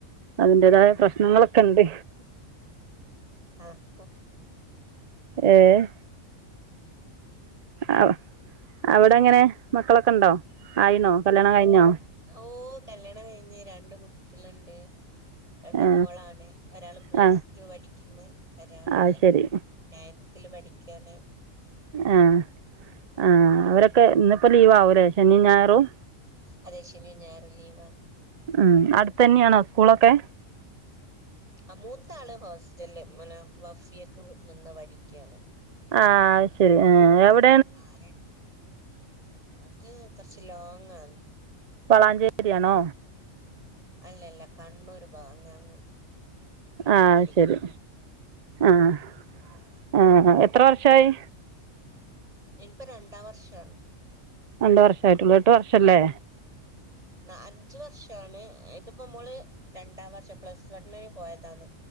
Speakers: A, on the right; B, on the right.
A: അതിന്റെതായ
B: ആഹ്
A: പ്രശ്നങ്ങളൊക്കെ ഉണ്ട്
B: ആഹ്
A: ഏഹ് അ അവിടെങ്ങനെ മക്കളൊക്കെ ഉണ്ടോ ആയിനോ കല്യാണം കഴിഞ്ഞോ
B: ഓഹ് കല്യാണം കഴിഞ്ഞ് രണ്ട് കുട്ടികളുണ്ട് രണ്ട്
A: ആ
B: മോളാണ് ഒരാള് പ്ലസ്
A: ആ
B: ടു പഠിക്കുന്ന്‌ ഒരാള്
A: അത് ശരി
B: നയൻതില് പഠിക്കാണ്
A: ആഹ് ആഹ് അവരൊക്കെ ഇന്നിപ്പോ ലീവ് ആവും ല്ലേ ശനിയും ഞായറും
B: അതേ ശനിയും ഞായറും ലീവാണ്
A: ഉം അടുത്ത്‌ തന്നെയാണോ സ്കൂളൊക്കെ
B: ആഹ് മൂത്തള് ഹോസ്റ്റലില് പിന്നെ വഫിയക്ക് നിന്ന് പഠിക്കുകയാണ്
A: ആഹ് അത് ശരി ആഹ് എവിട്
B: ആഹ് അത് കൊറച്ച് ലോങ് ആന്ന്
A: വളാഞ്ചേരിയാണോ
B: അല്ലല്ലാ കണ്ണൂര് ഭാഗം അങ്ങ് അങ്ങ്
A: ആഹ്
B: പഠിക്കുന്നെ
A: അത് ശരി ആഹ് ആഹ് എത്ര വർഷമായി
B: ഇപ്പോ രണ്ടാം വർഷമാണ്
A: രണ്ട് വർഷമായിട്ടുള്ളൂ എട്ട് വർഷല്ലേ
B: ന അഞ്ച് വർഷമാണ് ഇതിപ്പോ മോള് രണ്ടാം വർഷം പ്ലസ് വണ്ണിന് പോയതാണ്